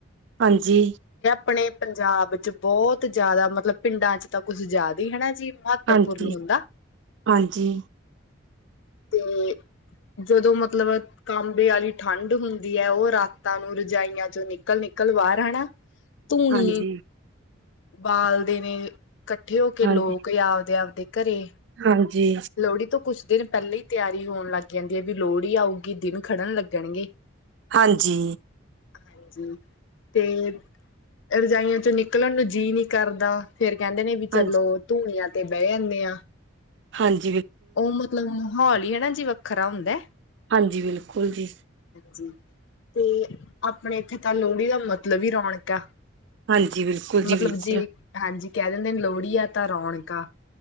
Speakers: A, on the right; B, on the left.
A: ਹਾਂਜੀ।
B: ਆਪਣੇ ਪੰਜਾਬ ਚ ਬਹੁਤ ਜ਼ਿਆਦਾ ਮਤਲਬ ਪਿੰਡਾਂ ਚ ਤਾਂ ਕੁਝ ਜ਼ਿਆਦਾ ਹੀ ਹਨਾ ਜੀ ਮਹੱਤਵਪੂਰਨ
A: ਹਾਂਜੀ
B: ਹੁੰਦਾ।
A: ਹਾਂਜੀ।
B: ਤੇਂ ਜਦੋਂ ਮਤਲਬ ਕਾਂਬੇ, ਵਾਲੀ ਠੰਢ ਹੁੰਦੀ ਐ, ਉਹ ਰਾਤਾਂ ਨੂੰ, ਰਜਾਈਆਂ ਚੋਂ ਨਿਕਲ ਨਿ ਕੱਲ ਸ਼ਨੀਵਾਰ ਧੂਨੀ,
A: ਹਾਂਜੀ
B: ਬਾਲਦੇ ਨੇ ਕੱਠੇ, ਹੋ ਕੇ
A: ਹਾਂਜੀ
B: ਲੋਕ, ਜਾਂ ਆਵਦੇ ਆਵਦੇ ਘਰੇ,
A: ਹਾਂਜੀ
B: ਲੋਹੜੀ, ਤੋਂ ਕੁਛ ਦਿਨ ਪਹਿਲੇ, ਹੀ ਤਿਆਰੀ ਹੋਣ ਲੱਗ ਜਾਂਦੀ ਆ, ਵੀ ਲੋਹੜੀ ਆਊਗੀ ਦਿਨ ਖੜਨ ਲੱਗਣਗੇ
A: ਹਾਂਜੀ
B: ਹਾਂਜੀ, ਤੇਂ ਰਜਾਈਆਂ 'ਚ' ਨਿਕਲਣ ਨੂੰ ਜੀਅ ਨੀ ਕਰਦਾ ਫਿਰ ਕਹਿੰਦੇ ਨੇ ਵੀ ਚਲੋ
A: ਹਾਂਜੀ
B: ਧੂਨੀਆਂ ਤੇ ਬਹਿ ਜਾਂਦੇ ਆਂ।
A: ਹਾਂਜ
B: ਉਹ ਮਤਲਬ ਮਾਹੌਲ ਈ ਹਨਾ ਜੀ ਵੱਖਰਾ ਹੁੰਦਾ ਐ
A: ਹਾਂਜੀ ਬਿਲਕੁਲ ਜੀ।
B: ਜੀ ਤੇ ਆਪਣੇ ਇੱਥੇ ਤਾਂ ਲੋਹੜੀ ਦਾ ਮਤਲਬ ਈ ਰੌਣਕ ਆ।
A: ਹਾਂਜੀ ਬਿਲਕੁਲ ਜੀ
B: ਮਤਲਬ
A: ਬਿਲਕੁਲ
B: ਜੇ ਹਾਂਜੀ ਕਹਿ ਦਿੰਦੇ ਨੇ ਲੋਹੜੀ ਆ ਤਾਂ ਰੌਣਕ ਆ।